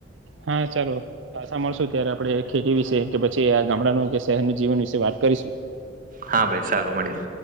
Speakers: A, on the right; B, on the right.
A: હા ચાલો પાછા મળશું ત્યારે આપણે ખેતી વિશે કે પછી આ ગામડાનું કે શહેરનું જીવન વિશે વાત કરીશું.
B: હા ભાઈ સારું મળીએ.